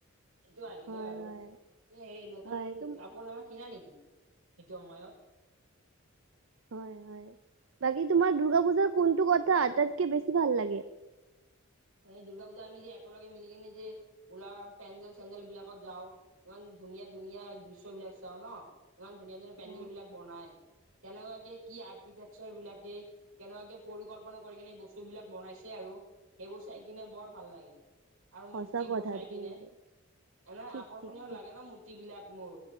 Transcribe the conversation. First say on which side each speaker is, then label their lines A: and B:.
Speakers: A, on the right (about 85°); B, on the right (about 65°).
A: এইটো আহিলে
B: হয়
A: বাৰু
B: হয়
A: এই হেৰি নতুন
B: হয় তুম
A: কাপোৰ কিনা নেকি সেইটো সময়ত।
B: হয় হয় বাকী তোমাৰ দুৰ্গা পূজাৰ কোনটো কথা আটাইাতকৈ বেছি ভাল লাগে।
A: এই দুৰ্গা পূজা আমি যে একেলগে মিলি কেনে যে উলাও পেণ্ডেল চেণ্ডেল বিলাকত যাওঁ। ইমান ধুনীয়া ধুনীয়া দৃশ্যবিলাক চাও, ন ইমান ধুনীয়া ধুনীয়া পেণ্ডেল
B: অ
A: বিলাক বনাই। কেনে কোৱা কে আৰ্কিটেকচাৰ বিলাকে। কেনেবাকে পৰিকল্পনা কৰি কেনে বস্তু বিলাক বনাইছে আৰু। সেইবোৰ চাই কিনে বৰ ভাল লাগে। আৰু মূৰ্তি
B: সঁচা কথা
A: বোৰ চাই
B: দেই
A: কিনে এনে আকৰ্ষণীয়
B: ঠিক ঠিক ঠিক
A: লাগে ন মূৰ্তি। বিলাক মোৰ